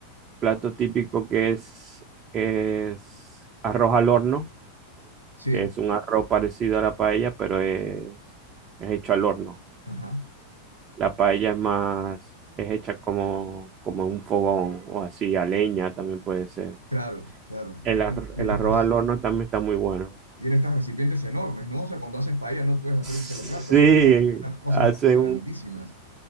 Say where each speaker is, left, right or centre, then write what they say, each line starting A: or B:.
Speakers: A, on the right; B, on the right.
A: plato típico que es, es arroz al horno,
B: Sí,
A: que es un arroz parecido a la paella, pero es, es hecho al horno.
B: ajá,
A: La paella es más, es hecha como, como en un fogón o así, a leña también puede ser.
B: claro, claro.
A: El,
B: Y en,
A: ar-
B: y
A: el
B: en
A: arroz
B: estas,
A: al horno también está muy bueno.
B: y en estas recipientes enormes, ¿no? O sea, cuando haces paella no puedes hacer
A: Sí,
B: un solo plato, haces unas, unas cosas
A: hacen
B: grandísimas.
A: un-